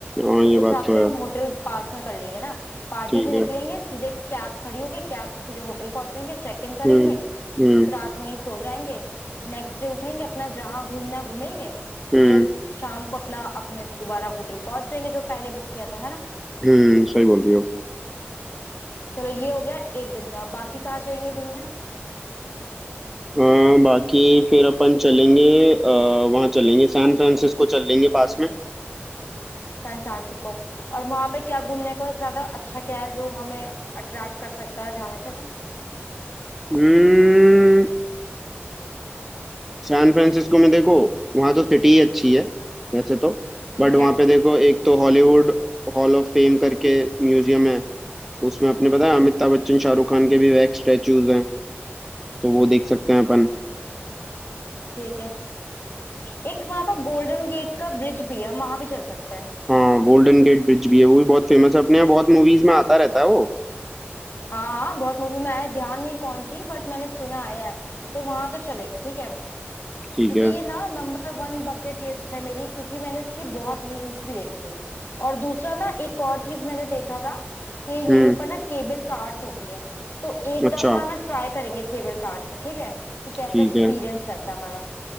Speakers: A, in the centre; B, on the left.
A: हाँ
B: तो
A: ये
B: उस
A: बात
B: हिसाब
A: तो
B: से हम
A: है
B: होटल पास में कर लेंगे ना पार्टी
A: ठीक
B: से निकलेंगे
A: है
B: सीधे कैब खड़ी होगी कैब से सीधे होटल पहुंचेंगे चेक इन करेंगे
A: हम्म हम्म
B: उस रात वहीं सो जाएंगे नेक्स्ट डे उठेंगे अपना जहां घूमना है घूमेंगे
A: हम्म
B: फिर शाम को अपना अपने दोबारा होटल पहुंच जाएंगे जो पहले बुक किया था है ना
A: हम्म सही बोल रही हो
B: चलो ये हो गया एक दिन का बाकी कहाँ जाएंगे घूमने
A: अ, बाकी फिर अपन चलेंगे आ, वहाँ चलेंगे सैन फ्रांसिस्को चल लेंगे पास में
B: San Francisco और वहां पे क्या घूमने को है ज्यादा अच्छा क्या है जो हमें अट्रैक्ट कर सकता है जाने पे
A: हम्म सैन फ्रांसिस्को में देखो वहाँ तो सिटी ही अच्छी है वैसे तो
B: ठीक
A: बट वहाँ
B: है
A: पे देखो एक तो हॉलीवुड हॉल ऑफ फेम करके म्यूजियम है उसमें अपने पता है अमिताभ बच्चन शाहरुख खान के भी वैक्स स्टैचूज हैं तो वो देख सकते हैं अपन
B: ठीक है एक वहां पर गोल्डन गेट का ब्रिज भी है हम वहां भी चल सकते हैं
A: हाँ गोल्डन गेट ब्रिज भी है वो भी बहुत फेमस है अपने यहाँ बहुत मूवीज में आता रहता है वो
B: हाँ हाँ बहुत मूवी में आया है, ध्यान नहीं कौन सी बट मैंने सुना आया है तो वहां तो चलेंगे ठीक है
A: ठीक
B: क्योंकि
A: है
B: ये ना नंबर वन बकेट लिस्ट है मेरी क्योंकि मैंने इसकी बहुत रील्स भी देखी है और दूसरा ना एक और चीज मैंने देखा था कि यहीं
A: हम्म
B: पर ना केबल कार्स होती है तो एक
A: अच्छा
B: दफा ना ट्राई करेंगे केबल कार्स में ठीक है कि कैसे
A: ठीक
B: एक्सपीरियंस
A: है
B: रहता है हमारा